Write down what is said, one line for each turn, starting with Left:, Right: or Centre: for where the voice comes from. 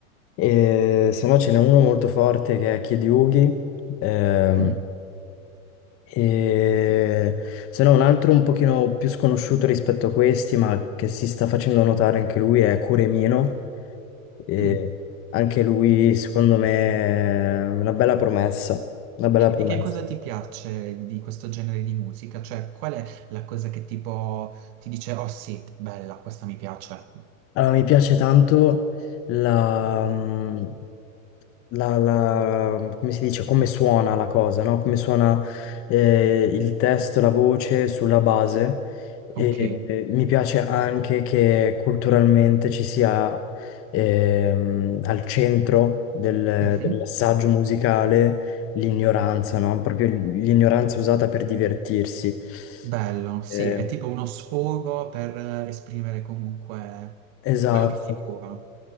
Left: E, se no ce n'è uno molto forte che è Kid Yugi ehm,
Right: Mm,
Left: E se no, un altro un pochino più sconosciuto rispetto a questi, ma che si sta facendo notare anche lui, è Curemino. E
Right: mm.
Left: anche lui, secondo me, è una bella promessa. Una bella promessa.
Right: E che cosa ti piace di questo genere di musica? Cioè, qual è la cosa che tipo ti dice, oh sì, bella, questa mi piace?
Left: Allora, mi piace tanto la, mm, la, la- come si dice, come suona la cosa, no? Come suona eh, il testo, la voce sulla base. E,
Right: Ok.
Left: eh, mi piace anche che culturalmente ci sia ehm, al centro del,
Right: Mhm.
Left: del messaggio musicale l'ignoranza, no? Proprio l'ignoranza usata per divertirsi.
Right: Bello, sì,
Left: Eh,
Right: è tipo uno sfogo per eh, esprimere comunque
Left: esatto.
Right: quello che si prova.